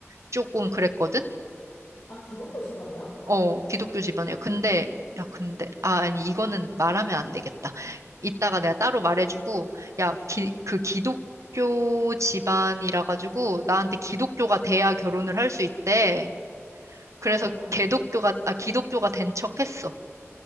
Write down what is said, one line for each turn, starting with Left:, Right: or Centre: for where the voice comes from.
Right: 조금 그랬거든?
Left: 아, 기독교 집안이야?
Right: 어, 기독교 집안이야.
Left: 음.
Right: 근데, 야, 근데, 아, 아니, 이거는 말하면 안 되겠다. 이따가 내가 따로 말해주고, 야, 기, 그 기독교 집안이라 가지고 나한테 기독교가 돼야 결혼을 할 수 있대.
Left: 헐,
Right: 그래서
Left: 어.
Right: 개독교가, 아, 기독교가 된 척했어.